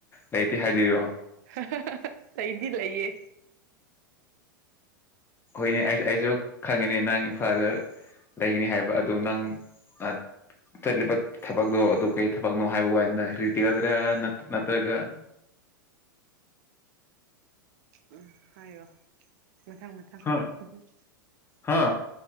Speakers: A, on the left; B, on the right.
A: ꯂꯩꯇꯦ ꯍꯥꯏꯗꯣꯏꯔꯣ
B: ꯍꯥꯍꯥꯍꯥ ꯂꯩꯗꯤ ꯂꯩꯌꯦ
A: ꯍꯣꯏꯅꯦ
B: ꯑꯣ
A: ꯑꯩꯁꯨ ꯑꯩꯁꯨ ꯈꯪꯉꯤꯅꯦ ꯅꯪ ꯏꯝꯐꯥꯜꯗ ꯂꯩꯒꯅꯤ ꯍꯥꯏꯕ ꯑꯗꯨ ꯅꯪ ꯑ ꯆꯠꯂꯤꯕ ꯊꯕꯛꯗꯣ ꯑꯗꯨ ꯀꯩ ꯊꯕꯛꯅꯣ ꯍꯥꯢꯕ ꯋꯥꯅꯤꯗ ꯔꯤꯇꯦꯜꯗꯔ ꯅꯠꯇ꯭ꯔꯒ <inaudible>
B: ꯎꯝ ꯍꯥꯏꯌꯣ ꯃꯊꯪ ꯃꯊꯪ
A: ꯍꯥ
B: ꯍꯝꯍꯝ
A: ꯍꯥ